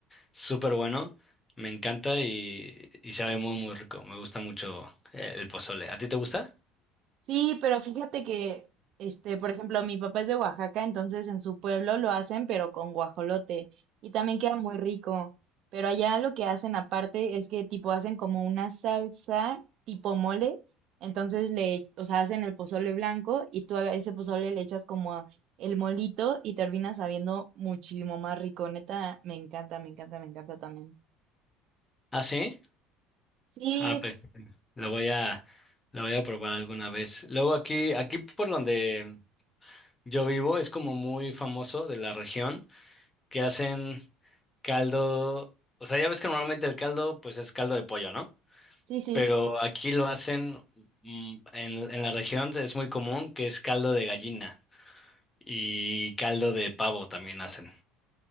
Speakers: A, on the left (about 20°); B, on the right (about 60°).
A: súper bueno. Me encanta y, y sabe muy, muy rico. Me gusta mucho eh, el pozole. ¿A ti te gusta?
B: Sí, pero fíjate que, este, por ejemplo, mi papá es de Oaxaca, entonces en su pueblo lo hacen, pero con guajolote, y también queda muy rico. Pero allá lo que hacen aparte es que tipo hacen como una salsa tipo mole, entonces le, o sea, hacen el pozole blanco y tú a ese pozole le echas como el molito y termina sabiendo muchísimo más rico. Neta, me encanta, me encanta, me encanta también.
A: ¿Ah, sí?
B: Sí,
A: Ah, pues lo voy a, lo voy a probar alguna vez. Luego aquí, aquí por donde yo vivo es como muy famoso de la región que hacen caldo. O sea, ya ves que normalmente el caldo pues es caldo de pollo, ¿no?
B: sí, sí.
A: Pero aquí lo hacen, mm, en, en la región es muy común que es caldo de gallina y caldo de pavo también hacen.